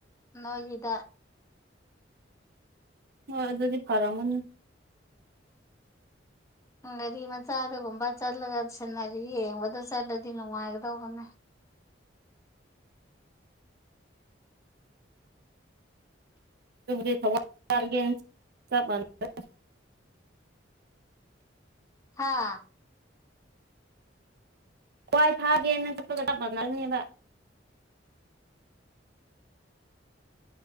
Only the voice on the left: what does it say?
ꯅꯣꯏꯒꯤꯗ
ꯒꯥꯔꯤ ꯃꯆꯥꯗꯒꯨꯝꯕ ꯆꯠꯂꯒ ꯁꯤꯟꯅꯔꯤ ꯌꯦꯡꯕꯗꯣ ꯆꯠꯂꯗꯤ ꯅꯨꯡꯉꯥꯏꯒꯗꯧꯕꯅꯦ
ꯍꯥꯥ